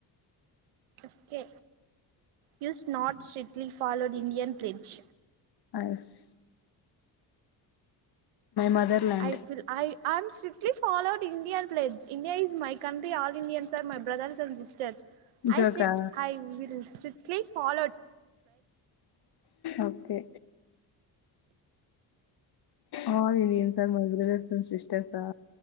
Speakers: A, on the right; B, on the left.
A: okay use not strictly followed Indian pledge
B: is motherland
A: I will I am strictly followed Indian pledge India is my country all Indians are my brothers and sisters
B: జోకా
A: I స్లిట్ I will strictly followed
B: okay ఆహా Indians are my brothers and sisters ఆ